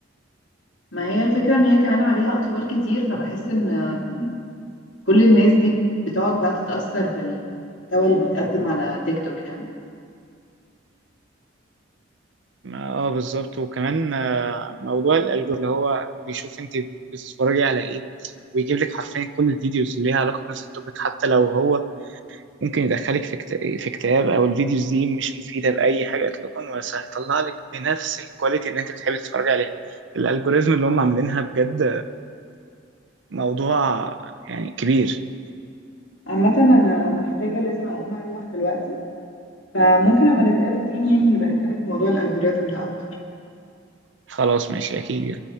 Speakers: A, on the left; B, on the right.
A: ما هي الفكرة ان هي كمان عليها اطفال كتير فبحس ان آم، كل الناس دي بتقعد بقى تتأثر بالمحتوى اللي بيتقدم على تيك توك يعني
B: اه بالظبط وكمان آه، موضوع الالجو اللي هو بيشوف انت بتتفرجي على ايه ويجيب لك حرفيا كل الفيديوز اللي ليها علاقة بنفس التوبيك حتى لو هو ممكن يدخلك في اكت- في اكتئاب او الفيديوز دي مش مفيده باي حاجه اطلاقا بس هيطلع لك بنفس الكواليتي اللي انت بتحبي تتفرجي عليها الالجوريزم اللي هم عاملينها بجد موضوع يعني كبير
A: عامة أنا محتاجة لازم أقوم أروح دلوقتي فممكن أما نتقابل تاني يعني نبقى نتكلم في موضوع الألجوريزم ده أكتر
B: خلاص ماشي اكيد